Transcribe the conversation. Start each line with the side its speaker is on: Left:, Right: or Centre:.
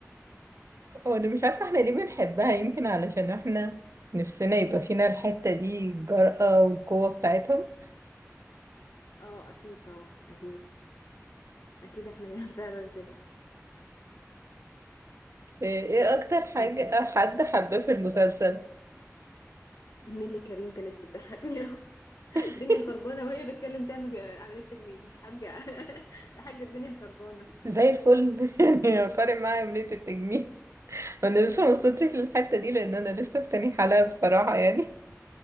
Right: وانا مش عارفة احنا ليه بنحبها يمكن علشان احنا نفسنا يبقى فينا الحتة دي الجرأة والقوة بتاعتهم
Left: اه اكيد طبعا اكيد اكيد احنا <laughs> فعلا كده
Right: ايه إيه اكتر حاجة
Left: مم.
Right: حد حباه في المسلسل
Left: نيللي كريم كانت بتضحكني قوي <laughs>
Right: <laughs>
Left: الدنيا خربانه وهي بتتكلم تعمل عمليه تجميل يا حاجه <laughs> يا حاجه الدنيا خربانه
Right: زي الفل <laughs> يعني فارق معايا عملية التجميل انا
Left: مم.
Right: لسه ما وصلتش للحتة دي لان انا لسه في تاني حلقة بصراحة يعني